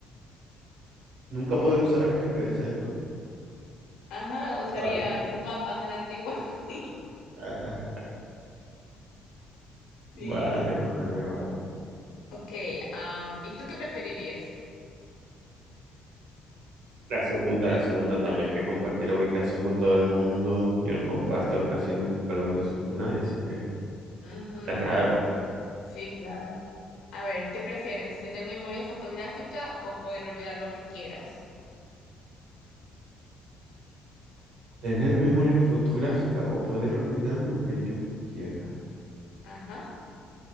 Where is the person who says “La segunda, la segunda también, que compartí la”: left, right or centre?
Right